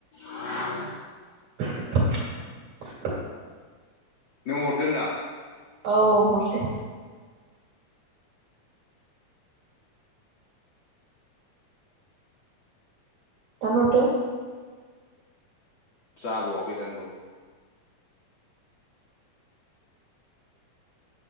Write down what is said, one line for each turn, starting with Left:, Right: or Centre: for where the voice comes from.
Left: <inaudible>
Right: <inaudible>
Left: नों हददो होन्दां।
Right: औ औ हरसै। दानहरदो।
Left: जाबावाखै दानबाबो।